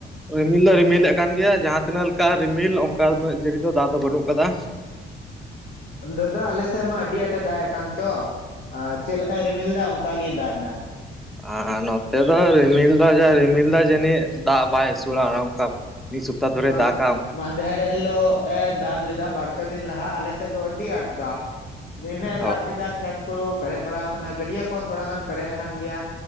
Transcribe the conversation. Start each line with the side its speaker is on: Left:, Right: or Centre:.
Centre: ᱨᱤᱢᱤᱞ ᱫᱚᱭ ᱨᱤᱢᱤᱞᱮᱫ ᱠᱟᱱ ᱜᱮᱭᱟ ᱡᱟᱦᱟ ᱛᱤᱱᱟᱹᱜ ᱚᱱᱠᱟ ᱨᱤᱢᱤᱞ ᱚᱝᱠᱟ ᱩᱱᱟᱹᱜ ᱡᱟᱹᱲᱤ ᱫᱚ ᱫᱟᱜ ᱫᱚ ᱵᱟᱹᱱᱩᱜ ᱠᱟᱫᱟ,
Left: ᱫᱟᱫᱟ ᱟᱞᱮ ᱥᱮᱜ ᱢᱟ ᱟᱹᱰᱤ ᱟᱸᱴᱮ ᱫᱟᱜ ᱮᱜ ᱠᱟᱱ ᱪᱚ᱾ ᱟᱨ ᱪᱮᱜ ᱞᱮᱠᱟᱭ ᱨᱤᱢᱤᱞ ᱫᱟ ᱚᱱᱠᱟ ᱜᱮᱭ ᱫᱟᱜ ᱮᱫᱟ᱾
Centre: ᱟᱨ ᱱᱚᱛᱮ ᱫᱚ ᱨᱤᱢᱤᱞ ᱫᱚ ᱡᱟᱭ ᱨᱤᱢᱤᱞ ᱫᱟᱭ ᱡᱟᱹᱱᱤᱡ ᱫᱟᱜ ᱵᱟᱭ ᱟᱹᱥᱩᱲᱟ ᱚᱱᱮ ᱱᱚᱝᱠᱟ ᱛᱟ ᱯᱚᱨᱮ
Left: ᱵᱟ
Centre: ᱫᱟᱜ ᱟ,
Left: ᱢᱟᱫᱷᱮᱨ ᱦᱤᱞᱳᱜ ᱮ ᱫᱟᱜ ᱞᱮᱫᱟ ᱵᱟᱨ ᱯᱮ ᱫᱤᱱ ᱞᱟᱦᱟ ᱟᱞᱮ ᱥᱮᱫ ᱫᱚ ᱟᱹᱰᱤ ᱟᱸᱴ ᱫᱟᱜ᱾ ᱫᱤᱱᱟᱹᱜ ᱮ ᱫᱟᱜ
Centre: ᱚ
Left: ᱠᱮᱫᱟ ᱠᱷᱮᱛ ᱠᱩ ᱯᱮᱨᱮᱡ ᱵᱟᱲᱟᱣ ᱠᱟᱱᱟ ᱜᱟᱹᱰᱭᱟᱹ ᱠᱚᱦᱚᱸ ᱛᱷᱚᱲᱟ ᱜᱟᱱ ᱯᱮᱨᱮᱡ ᱟᱠᱟᱱ ᱜᱮᱭᱟ